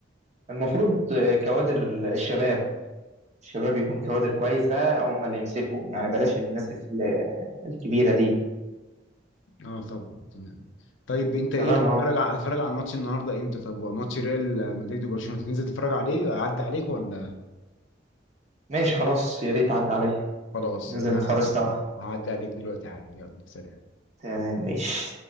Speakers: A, on the right (about 35°); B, on the left (about 80°).
A: المفروض آه، كوادر الشباب الشباب يكون كوادر كويسه هم اللي يمسكوا يعني بلاش الناس ال- الكبيره دي
B: اه طبعا تمام طيب انت ايه
A: تمام
B: هتتفرج
A: اه
B: على هتتفرج على الماتش النهارده امتى طب ماتش ريال مدريد وبرشلونه تنزل تتفرج عليه اعدي عليك ولا
A: ماشي خلاص يا ريت عدى عليا
B: خلاص
A: ننزل
B: انا
A: نتفرج سوا
B: هعدي عليك دلوقتي حالا يلا سلام
A: تمام ماشي